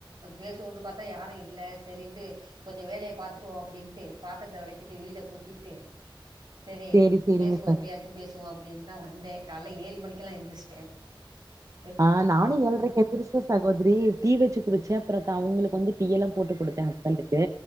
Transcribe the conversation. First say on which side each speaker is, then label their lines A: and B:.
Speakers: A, on the right (about 55°); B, on the right (about 40°).
A: பேசுவோம் பார்த்தா யாரும் இல்லை இல்ல சரின்ட்டு கொஞ்சம் வேலையை பாத்துருவோம் அப்படின்ட்டு பாத்திரத்தை விளக்கிட்டு வீடை கூட்டிட்டு சரி
B: சேரி சேரிங்க
A: பேசுவோம்
B: சார்
A: இப்போயாச்சும் பேசுவோம் அப்படின் தான் வந்தேன் காலைல ஏழு மணிக்கெலாம் எந்துருந்துச்டே டைம்
B: ஆஹ் நானே ஏல்ரைகு எந்திர்ச்சுட்டே ஆ சகோதரி டீ வச்சு குடுச்சன அப்புற ட அவங்களுக்கு வந்து டீ எல்லாம் போட்டு கொடுத்தேன் ஹஸ்பன்டுக்கு